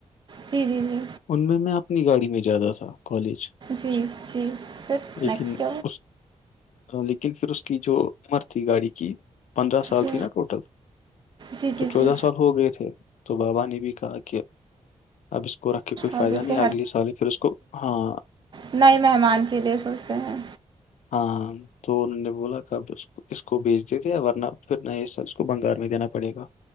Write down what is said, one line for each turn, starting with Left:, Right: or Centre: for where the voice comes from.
Right: جی جی جی
Left: ان میں میں اپنی گاڑی میں جیادا تھا کالج
Right: جی جی سر
Left: لیکن
Right: نیکسٹ
Left: اس لیکن پھر اس کی جو عمر تھی گاڑی کی پندرہ سال
Right: جی
Left: تھی نا ٹوٹل
Right: جی
Left: تو
Right: جی
Left: چودہ
Right: جی
Left: سال ہو گئے تھے تو بابا نے بھی کہا کہ اب اس کو رکھ کے کوئی فائدہ
Right: آپ اسے
Left: نہیں اگلے سال پھر اس کو ہاں
Right: نہیں مہمان کے لیے سوچتے ہیں
Left: ہاں تو ان نے بولا کاب اس کو بیچ دیتےے ورنہ پھر نہ یہ سب اس کو بنگال میں دینا پڑے گا